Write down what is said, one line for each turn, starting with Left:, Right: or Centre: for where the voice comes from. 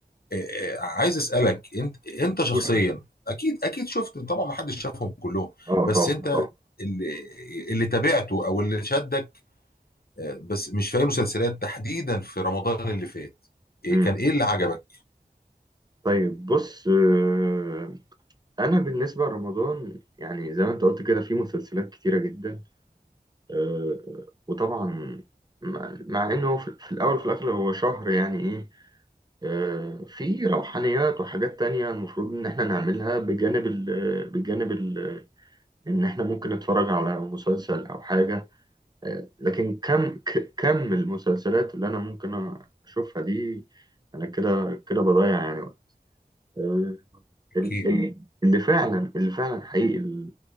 Left: آه، آه، عايز اسالك انت انت شخصيا
Right: قول حبيبي.
Left: اكيد اكيد شفت طبعا ما حدش شافهم كلهم
Right: اه
Left: بس
Right: طبعا
Left: انت
Right: طبعا
Left: اللي اللي تابعته او اللي شدك آه، بس مش في اي مسلسلات تحديدا في رمضان اللي فات آه،
Right: مم.
Left: كان ايه اللي عجبك
Right: طيب بص آه، انا بالنسبه لرمضان يعني زي ما انت قلت كده في مسلسلات كتيره جدا آه، وطبعا مع مع انه في في الاول وفي الاخر هو شهر يعني ايه آه، في روحانيات وحاجات تانية المفروض ان احنا نعملها بجانب ال بجانب ال ان احنا ممكن نتفرج على مسلسل او حاجه لكن كم ك- كم المسلسلات اللي انا ممكن اشوفها دي انا كده كده بضيع يعني وقت. آه،
Left: اكيد
Right: ال- ال- اللي فعلا اللي فعلا حقيقي ال-